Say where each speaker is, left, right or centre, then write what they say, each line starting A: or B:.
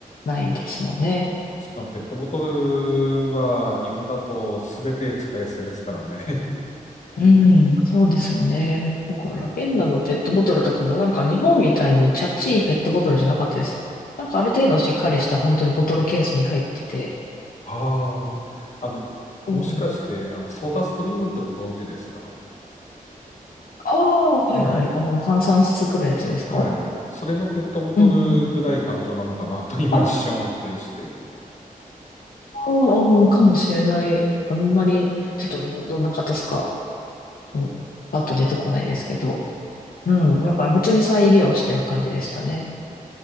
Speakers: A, on the left (about 75°); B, on the left (about 50°).
A: ないですもんね。
B: しかもペットボトルは日本だと全て使い捨てですからね。<laughs>
A: うん、そうですよね。だから、フィンランドのペットボトルとかもなんか日本みたいにチャッチいペットボトルじゃなかったです。なんかある程度しっかりした本当にボトルケースに入ってて、
B: ああ、あの、
A: うん
B: もしかして、あの、ソーダストリームってご存知ですか
A: ああ、はいはい。
B: はい。
A: あの、炭酸作るやつですか
B: そはい。それのペットボトルぐらい感情なのかなと今一瞬思ったりして。
A: うんうん。ああ、かもしれない。あんまり、ちょっとどどんな硬さか、うんパッと出てこないですけど。うん。
B: あ、
A: だから普通に再利用してる感じでしたね。
B: い